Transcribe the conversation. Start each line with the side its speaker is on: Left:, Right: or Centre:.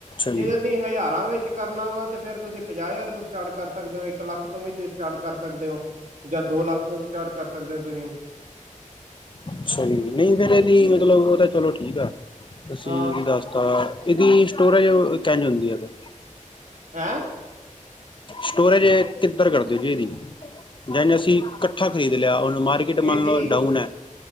Left: ਜੀ
Right: ਜੇ ਤੁਸੀਂ ਹਜ਼ਾਰਾਂ ਵਿੱਚ ਕਰਨਾ ਵਾ ਤੇ ਫੇਰ ਤੁਸੀਂ ਪੰਜਾਹ ਹਜ਼ਾਰ- ਸਟਾਰਟ ਕਰ ਸਕਦੇ ਹੋ ਇੱਕ ਲੱਖ ਤੋਂ ਵੀ ਤੁਸੀਂ ਸਟਾਰਟ ਕਰ ਸਕਦੇ ਹੋ ਜਾਂ ਦੋ ਲੱਖ ਤੋਂ ਸਟਾਰਟ ਕਰ ਸਕ- ਸਕਦੇ ਹੋ ਤੁਸੀਂ
Left: ਅੱਛਾ ਜੀ ਨਹੀਂ ਫੇਰ ਇਹਦੀ ਮਤਲਬ ਉਹ ਤਾਂ ਚਲੋ ਠੀਕ ਆ ਅਸੀਂ
Right: ਹਾਂ
Left: ਇਹਦੀ ਦੱਸਤਾ ਇਹਦੀ ਸਟੋਰੇਜ ਕੈੰਜ ਹੁੰਦੀ ਹੈ ਫੇਰ
Right: ਹੈਂ-
Left: ਸਟੋਰੇਜ ਕਿੱਧਰ ਕਰਦੇ ਜੇ ਇਹਦੀ ਜਾਂ ਅਸੀਂ ਇਕੱਠਾ ਖ਼ਰੀਦ ਲਿਆ ਉਹ- ਮਾਰਕੀਟ ਮੰਨ
Right: ਇਹਦੀ
Left: ਲੋ ਡਾਊਨ ਹੈ,